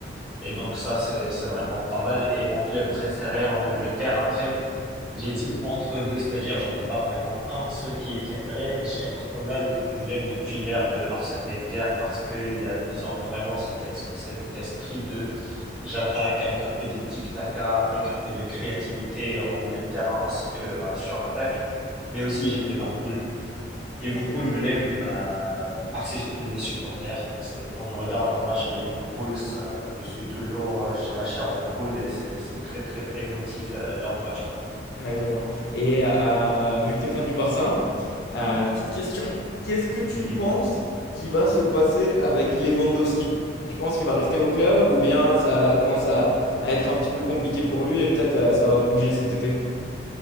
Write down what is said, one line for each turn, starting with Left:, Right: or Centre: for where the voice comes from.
Centre: Et donc ça, c'est, c'est vraiment pas mal. Et mon club préféré en Angleterre, après, j'hésite entre deux, c'est-à-dire j'en ai pas vraiment un seul qui est préféré. J'ai Arsenal, je l'aime depuis l'ère de Arsène Wenger parce que il y a, ils ont vraiment cet, ex- cet esprit de j'attaque avec un peu de tic-taca, avec un peu de créativité en milieu de terrain ainsi que euh, sur l'attaque. Mais aussi j'aime Liverpool. Liverpool,
Left: Ok,
Centre: je l'aime euh, par ses- les supporters. C'est- Quand je regarde un match de Liverpool, ça, je suis toujours, euh, j'ai la chair aux poules et c'est c'est très très très émotif euh, leur match quoi.
Left: ouais, je vois. Et euh, vu que tu es fan du Barça, euh, petite question. Qu'est-ce que tu
Centre: Dis-moi.
Left: penses qui va se passer avec Lewandowski? Tu penses qu'il va rester au club ou bien ça là, commence à, à être un petit peu compliqué pour lui et peut-être euh, ça va bouger cet été?